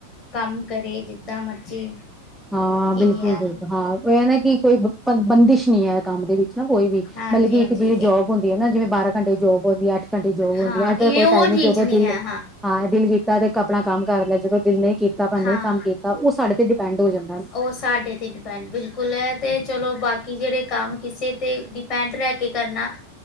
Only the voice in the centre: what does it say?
ਹਾਂ,
ਬਿਲਕੁਲ-ਬਿਲਕੁਲ
ਹਾਂ ਇਹ ਨਾ ਕਿ ਕੋਈ ਬੰਦਿਸ਼ ਨਹੀਂ ਹੈ ਕੰਮ ਦੇ ਵਿੱਚ ਨਾ ਕੋਈ ਵੀ।
ਮਤਲਬ
ਇੱਕ ਜਿਵੇਂ ਜੋਬ ਹੁੰਦੀ ਹੈ ਨਾ ਜਿਵੇਂ ਬਾਰਾਂ ਘੰਟੇ ਜੋਬ ਹੁੰਦੀ ਹੈ ਅੱਠ ਘੰਟੇ ਜੋਬ
ਹੁੰਦੀ ਹੈ ਏਦਾ
ਕੋਈ
ਟਾਈਮ ਨਹੀਂ
ਜਦੋਂ ਦਿਲ
ਹਾਂ, ਦਿਲ ਕੀਤਾ ਤੇ ਆਪਣਾ ਕੰਮ ਕਰ ਲਿਆ ਜਦੋਂ ਦਿਲ ਨਹੀਂ ਕੀਤਾ ਆਪਾਂ ਨਹੀਂ
ਕੰਮ ਕੀਤਾ ਉਹ ਸਾਡੇ ਤੇ ਡਿਪੈਂਡ ਡਿਪੈਡ ਹੋ ਜਾਂਦਾ।